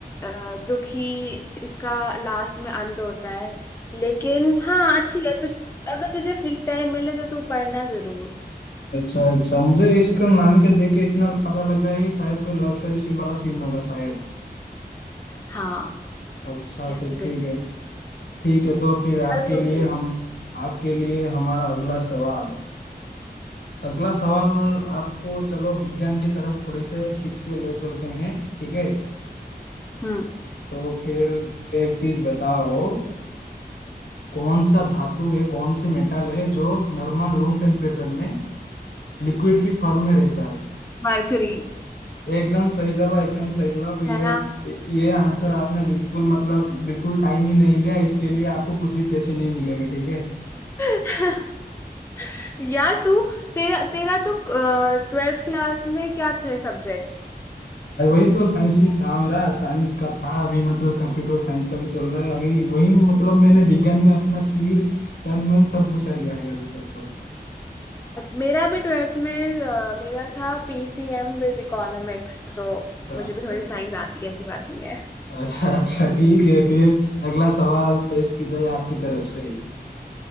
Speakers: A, on the left; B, on the left.
A: अ, दुखी इसका लास्ट में अंत होता है लेकिन हाँ अच्छी है तुझ अगर तुझे फ्री टाइम मिले तो तू पढ़ना जरूर
B: अच्छा अच्छा मुझे इसका नाम के देख के इतना पता लग रहा है कि शायद कोई लव स्टोरी सीन वाला सीन होगा शायद
A: हाँ
B: अच्छा
A: ऐसी
B: फिर
A: कुछ
B: ठीक है
A: है
B: ठीक है तो फिर आपके
A: चल तू
B: लिए
A: पूछ
B: हम आपके लिए हमारा अगला सवाल अगला सवाल आपको चलो विज्ञान की तरफ थोड़ी से खींच के ले चलते हैं ठीक है
A: हम्म
B: तो फिर एक चीज बताओ कौन सा धातु है कौन सी मेटल है जो नॉर्मल रूम टेम्परेचर में लिक्विड की फॉर्म में रहता है
A: मरकरी
B: एकदम सही जवाब एकदम सही जवाब ये
A: है ना
B: ये आंसर आपने बिल्कुल मतलब बिल्कुल टाइम ही नहीं लिया इसके लिए आपको कुछ भी पैसे नहीं मिलेंगे ठीक है
A: <laughs> यार तू तेरा तेरा तो ट्वेल्थ क्लास में क्या थे सब्जेक्ट्स
B: अरे वही तो साइंस ही था मेरा साइंस का था अभी मतलब कंप्यूटर साइंस का भी चल रहा है अभी वही मतलब मैंने विज्ञान में अपना सिर तन मन सब घुसा लिया है अभी तक तो
A: मेरा भी ट्वेल्थ में अ, मेरा था पीसीएम विद इकोनॉमिक्स तो
B: अच्छा
A: मुझे भी थोड़ी
B: अच्छा
A: साइंस आती है ऐसी बात नहीं है
B: अच्छा अच्छा ठीक है फिर अगला सवाल पेश की जाए आपकी तरफ से